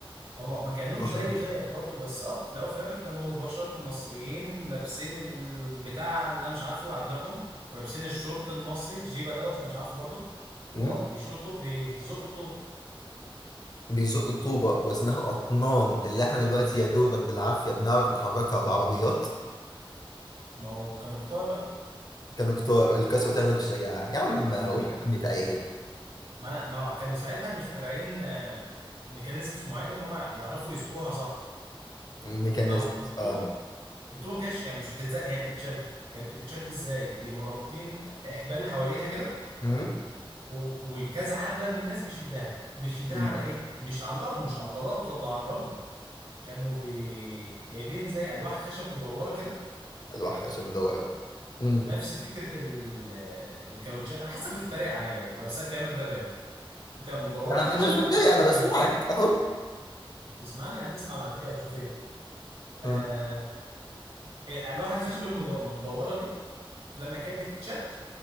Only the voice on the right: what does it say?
هم ما كانوش
زيه
وزيك برضو بس اه في الاول وفي الاخر كانوا بشر مصريين لابسين البتاع اللي انا مش عارفه على دماغهم ولابسين الشورت المصري الجيبه دوت اللي أنا مش عارفه برضو واه
بيشيلوا الطوب بيزقوا الطوب
ما هو كانوا كتار بقى
المفروض
ما انا ما هو كانوا ساعتها مخترعين آه، ميكانيزمز معينه ان هم يعرفوا يزقوها صح
ما هو الطوبه
التومه ما كانتش يعني مش بتتزق هي بتتشد كانت بتتشد ازاي بيبقوا رابطين احبال حواليها كده
و- وكذا حد بقى من الناس بيشدها بيشدها
على ايه مش على الارض مش على البلاط ولا على الرمله كانوا بي... جايبين زي الواح خشب مدوره كده
نفس فكره ال... الكاوتشات انا حاسسك بتتريق عليا والله بس انا كلامك ده بجد انت مدوره
كده
شبه
فكره
الكاوتشات
بتسمعني هنسمع بعد كده تشوف ايه آه...
الواح الخشب المد- المدوره دي فلما كانت بتتشد